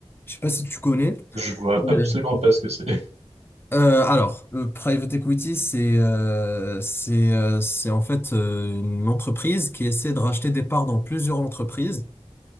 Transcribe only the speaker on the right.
Je vois
<laughs> absolument pas ce que c'est.